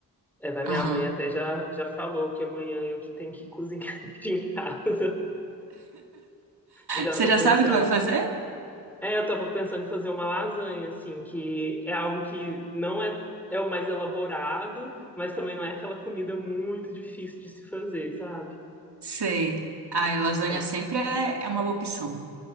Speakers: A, in the centre; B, on the right.
A: É, vai minha
B: Aham.
A: mãe até já, já falou que amanhã eu que tenho que cozinhar <laughs> aqui em casa. Já
B: Você
A: tô
B: já
A: pensando
B: sabe o que vai fazer?
A: É, eu tava pensando em fazer uma lasanha, assim, que é algo que não é, é o mais elaborado, mas também não é aquela comida muito difícil de se fazer, sabe?
B: Sei. Ai, lasanha
A: É,
B: sempre é, é uma boa opção.